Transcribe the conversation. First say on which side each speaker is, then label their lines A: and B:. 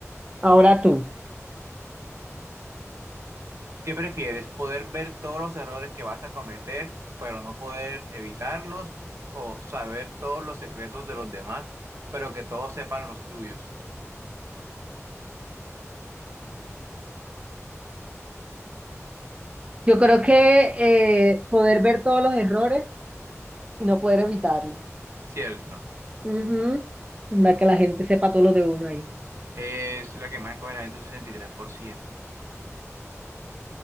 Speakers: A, on the right (about 20°); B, on the right (about 60°).
A: Ahora tú.
B: ¿Qué prefieres? ¿Poder ver todos los errores que vas a cometer, pero no poder evitarlos? ¿O saber todos los secretos de los demás, pero que todos sepan los tuyos? Mm,
A: Yo creo que eh, poder ver todos los errores y no poder evitarlos.
B: Cierto.
A: Ujú. Onda que la gente sepa todo lo de uno ahí.
B: Es la que más escoge la gente, un sesenta y tres por ciento.